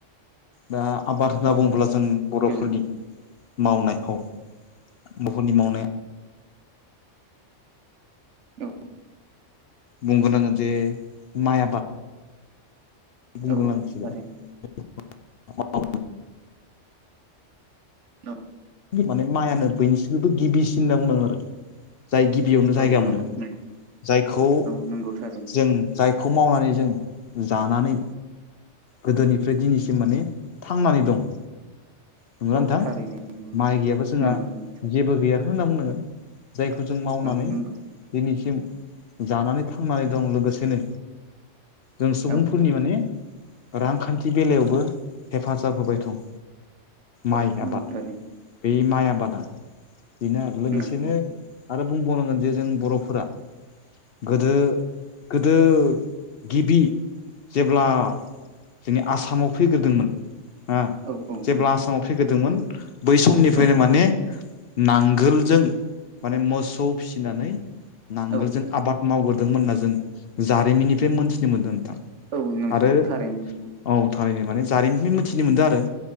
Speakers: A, on the left; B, on the right.
A: दा आबाद होनना
B: औ
A: बुङोब्ला
B: औ
A: जों बर'फोरनि
B: गोजोनथों
A: मावनाय औ। बहुत मावनाय
B: औ।
A: बुंगनो आांगोन जे माइ आबाद बुंगनांसिगोन
B: औ औ थारैनो
A: <unintelligible>
B: न'
A: माने माइानो बयनिसिमबो गिबिसिन होनना बुंनांगोन आरो जाय गिबियावनो जायगा
B: औ औ नंगौ
A: मोनो
B: नंगौ
A: जायखौ
B: औ नंगौ थारैनो
A: जों जायखौ मावनानै जों जानानै गोदोनिफ्राय दिनैसिम माने
B: औ
A: थांनानै दं नंगौना
B: औ
A: नोंथां
B: थारैनो। नंगौ
A: माइ गैयाबा जोंहा
B: नंगौ नंगौ थारैनो
A: जेबो गैयाखै होनना बुंनांगोन। जायखौ जों मावनानै
B: औ नंगौ
A: दिनैसिम जानानै थांनानै दं लोगोसेनो जों सुबुंफोरनि
B: औ
A: माने रांखान्थि बेलायावबो हेफाजाब होबाय दं‌
B: औ
A: माइ
B: नंगौ
A: आबाद।
B: थारैनो
A: बे माइ आबादा बेनो आरो लोगोसेनो
B: औ औ
A: आरो बुंबावनांगोन जे जों बर'फोरा गोदो गोदो गिबि जेब्ला जोंनि आसामाव फैग्रोदोंमोन हा
B: औ
A: जेब्ला
B: नंगौ
A: आसामाव फैग्रोदोंमोन बै समनिफ्रायनो
B: औ
A: माने नांगोलजों माने मोसौ फिसिनानै
B: औ
A: नांगोलजों आबाद मावग्रोदोंमोन होनना जों जारिमिननिफ्राय मोनथिनो मोन्दों नोंथां।
B: औ नंगौ
A: आरो
B: थारैनो
A: औ थारैनो माने जारिमिननि मिथिनो मोनदों आरो